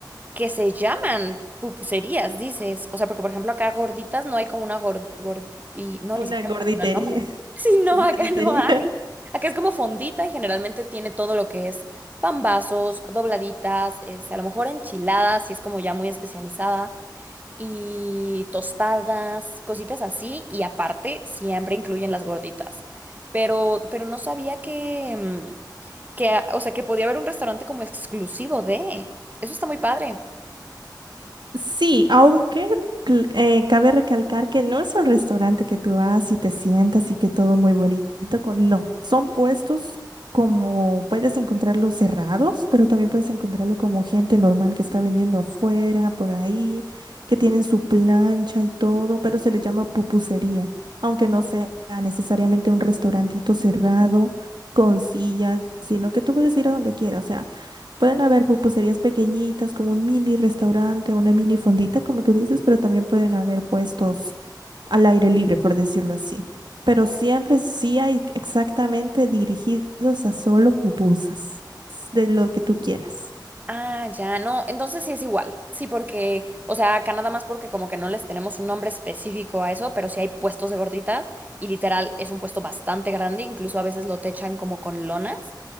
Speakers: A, on the right (about 20°); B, on the right (about 75°).
A: que se llaman pupuserías, dices. O sea, porque por ejemplo acá gorditas no hay como una gor- gordi, no,
B: una
A: ni siquiera
B: gorditería.
A: me imagino el nombre. <laughs> Sí, no,
B: Gorditería.
A: acá no hay. Acá es como fondita y generalmente tiene todo lo que es pambazos, dobladitas, este, a lo mejor enchiladas, si es como ya muy especializada y tostadas, cositas así, y aparte siempre incluyen las gorditas. Pero, pero no sabía que, mm, que, ah, o sea, que podía haber un restaurante como exclusivo de. Eso está muy padre.
B: Sí, aunque cl- eh, cabe recalcar que no es un restaurante que tú vas y te sientas y que todo muy bonito. Con... No, son puestos como puedes encontrarlos cerrados, pero también puedes encontrarlo como gente normal que está vendiendo afuera, por ahí, que tienen su plancha y todo, pero se le llama pupusería, aunque no sea necesariamente un restaurantito cerrado con sillas, sino que tú puedes ir a donde quieras. O sea, Pueden haber pupuserías pequeñitas, como un mini restaurante, una mini fondita, como tú dices, pero también pueden haber puestos al aire libre, por decirlo así. Pero siempre sí hay exactamente dirigidos a solo pupusas, s- de lo que tú quieras.
A: Ah, ya, no, entonces sí es igual. Sí, porque, o sea, acá nada más porque como que no les tenemos un nombre específico a eso, pero sí hay puestos de gorditas y literal es un puesto bastante grande, incluso a veces lo techan como con lonas.